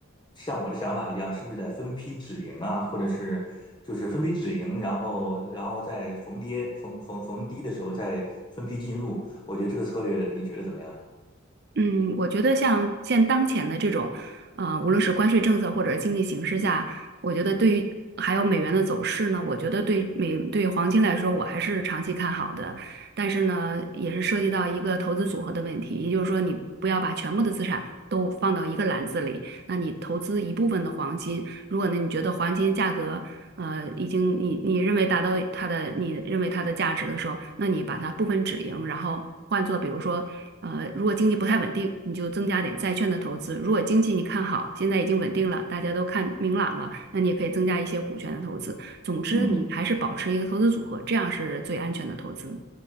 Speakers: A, on the left (about 20°); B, on the right (about 50°).
A: 像我的想法一样，是不是得分批止盈啊，或者是就是分批止盈，然后然后在逢跌逢逢逢低的时候再分批进入，我觉得这个策略你觉得怎么样？
B: 嗯，我觉得像现当前的这种，呃，无论是关税政策或者是经济形势下，我觉得对于还有美元的走势呢，我觉得对美对黄金来说，我还是长期看好的。但是呢，也是涉及到一个投资组合的问题，也就是说，你不要把全部的资产都放到一个篮子里，那你投资一部分的黄金。如果呢，你觉得黄金价格，呃，已经你你认为达到它的你认为它的价值的时候，那你把它部分止盈，然后换做比如说，呃，如果经济不太稳定，你就增加点债券的投资；如果经济你看好，现在已经稳定了，大家都看明朗了，那你也可以增加一些股权的投资。总之，
A: 嗯。
B: 你还是保持一个投资组合，这样是最安全的投资。